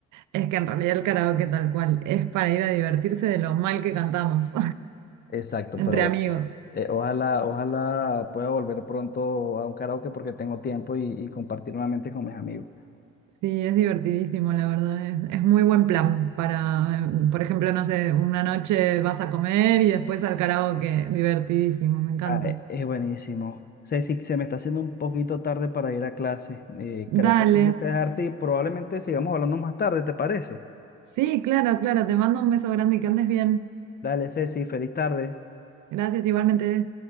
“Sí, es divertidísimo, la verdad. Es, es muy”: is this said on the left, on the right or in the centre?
Right